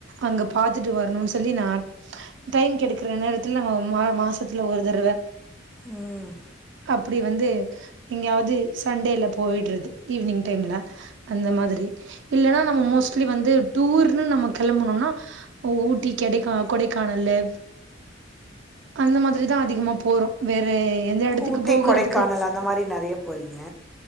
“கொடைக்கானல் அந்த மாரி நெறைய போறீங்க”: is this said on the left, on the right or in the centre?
Centre